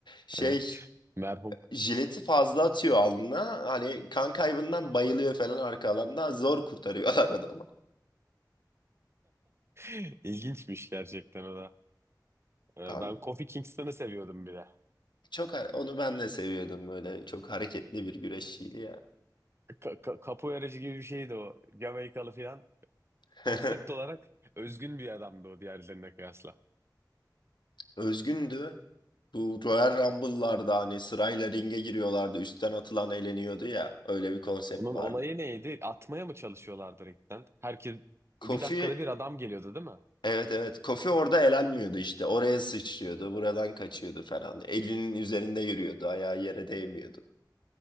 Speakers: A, on the left; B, on the right.
A: Şey
B: Evet. Merhum.
A: jileti fazla atıyor alnına. Hani kan kaybından bayılıyor falan arka alanda. Zor kurtarıyorlar <laughs> adamı.
B: <laughs> İlginçmiş gerçekten o da. Ee,
A: Abi,
B: Ben Kofi Kingston'ı seviyordum bir de.
A: çok har- onu ben de seviyordum böyle. Çok hareketli bir güreşçiydi ya.
B: Ka ka- Capoeiracı gibi bir şeydi o. Jamaikalı falan.
A: <laughs>
B: Konsept olarak özgün bir adamdı o diğerlerine kıyasla.
A: Özgündü. Bu Royal Rumble'larda hani sırayla ringe giriyorlardı. Üstten atılan eğleniyordu ya. Öyle bir konsept
B: Onun
A: vardı.
B: olayı neydi? Atmaya mı çalışıyorlardı ringden? Herkes
A: Kofi
B: bir dakikada bir adam geliyordu değil mi?
A: evet evet Kofi orada elenmiyordu işte oraya sıçrıyordu buradan kaçıyordu falan. Elvin'in üzerinde yürüyordu ayağı yere değmiyordu.